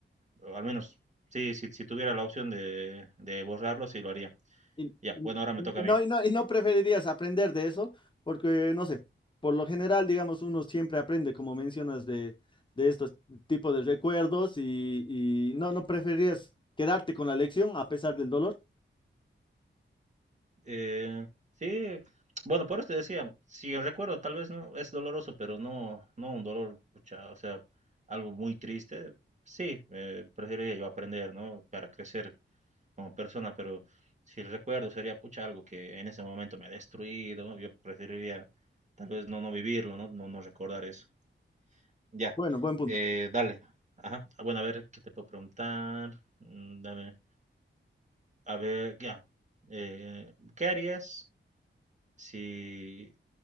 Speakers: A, on the right; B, on the left.
A: O al menos, sí, si, si tuviera la opción de, de borrarlo, sí lo haría.
B: Y,
A: Ya,
B: y-
A: bueno, ahora me toca
B: y
A: a
B: no,
A: mí.
B: y no, y no preferirías aprender de eso, porque no sé, por lo general, digamos, uno siempre aprende, como mencionas, de, de estos tipos de recuerdos y, y no, no preferirías quedarte con la lección a pesar del dolor.
A: Eh, sí, bueno, por eso te decía, si recuerdo, tal vez no es doloroso, pero no, no un dolor, pucha, o sea, algo muy triste. Sí, eh, preferiría yo aprender, ¿no? Para crecer como persona, pero si recuerdo sería, pucha, algo que en ese momento me ha destruido. Yo preferiría tal vez no, no vivirlo, ¿no? No, no recordar eso. Ya,
B: Bueno, buen punto.
A: eh, dale. Ajá. Ah, Bueno, a ver, ¿qué te puedo preguntar? Mm, dame. A ver, ya. Eh, ¿qué harías si,